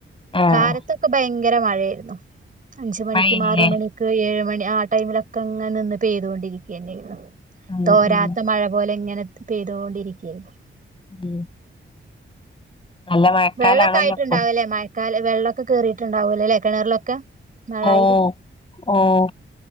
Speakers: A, on the left (about 25°); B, on the right (about 40°).
A: ആഹ്
B: കാലത്തൊക്കെ ബയങ്കര മഴയാരുന്നു അഞ്ച് മണിക്കും
A: മഴേനില്ലേ
B: ആറ് മണി. ക്ക് ഏഴ് മണി ആ ടൈമിലൊക്കെ അങ്ങെനിന്ന് പെയ്തുകൊണ്ടിരിക്കന്നെയി-
A: ഉം
B: തോരാത്ത
A: ഉം
B: മഴ പോലെ ഇങ്ങനെ പെയ്തുകൊണ്ടിരിക്കയാര്-
A: ഉം. നല്ല മഴക്കാലാണല്ലോ
B: വെള്ളൊക്കായിട്ടുണ്ടാവല്ലേ
A: ഇപ്പൊ
B: മയ്- ക്കാല് വെള്ളൊക്കെ കേറിട്ടുണ്ടാവൂലല്ലേ കിണറിലൊക്കെ മഴായി.
A: ഓഹ് ഓഹ്